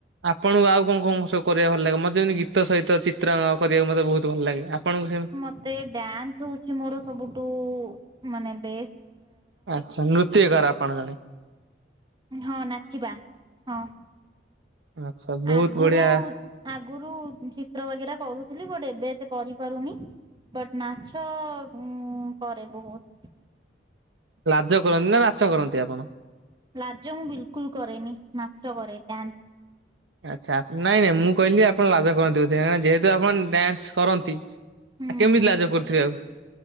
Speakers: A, on the right (about 80°); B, on the right (about 25°).
A: ଆପଣଙ୍କୁ ଆଉ କଣ କଣ ସବୁ କରିବାକୁ ଭଲ ଲାଗେ। ମତେ ଯେମିତି ଗୀତ ସହିତ ଚିତ୍ର କରିବାକୁ ମୋତେ ବହୁତ ଭଲ ଲାଗେ। ଆପଣଙ୍କୁ ସେମିତି?
B: ମୋତେ ଡ୍ୟାନ୍ସ ହଉଛି ମୋର ସବୁଠୁ ମାନେ ବେ
A: ଆଚ୍ଛା ନୃତ୍ୟକାର ଆପଣ ତାହାଲେ।
B: ହଁ ନାଚିବା, ହଁ
A: ଆଚ୍ଛା ବହୁତ
B: ଆଗୁରୁ
A: ବଢିଆ
B: ଆଗରୁ ଚିତ୍ର ବଗେରା କରୁଥିଲି, ବଟ ଏବେ ଏତ କରିପାରୁନି। ବଟ୍ ନାଛ ମୁଁ କରେ ବହୁତ୍।
A: ଲାଜ କରନ୍ତିନା ନାଚ କରନ୍ତି ଆପଣ?
B: ଲାଜ ମୁଁ ବିଲକୁଲ୍ କରେନି ନାଚ କରେ ଡ୍ୟାନ୍ସ।
A: ଆଚ୍ଛା ନାଇଁ ନାଇଁ ମୁଁ କହିଲି ଆପଣ ଲାଜ କରନ୍ତି ବୋଧେ ଯେହେତୁ ଆପଣ ଡ୍ୟାନ୍ସ କରନ୍ତି। ଆଉ
B: ହୁଁ
A: କେମିତି
B: ହୁଁ।
A: ଲାଜ କରୁଥିବେ ଆଉ।